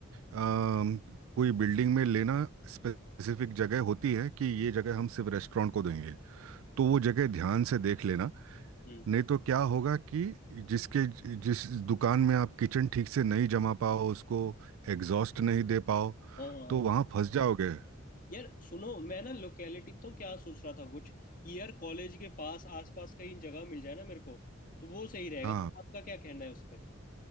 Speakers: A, on the right; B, on the left.
A: अम, कोई बिल्डिंग में लेना स्पेसिफिक जगह होती है कि ये जगह हम सिर्फ रेस्टोरेंट को देंगे तो वो जगह ध्यान से देख लेना
B: हम्म
A: नहीं तो क्या होगा कि जिसके जिस दुकान में आप किचन ठीक से नहीं जमा पाओ उसको एग्जॉस्ट नहीं दे पाओ
B: हाँ हाँ हाँ
A: तो वहाँ
B: हाँ।
A: फंस जाओगे
B: यार सुनो मैं ना लोकेलिटी तो क्या सोच रहा था कुछ कि यार कॉलेज के पास आसपास कहीं जगह मिल जाए ना मेरे को तो वो सही रहेगा
A: हाँ
B: तो आपका क्या कहना है उस पे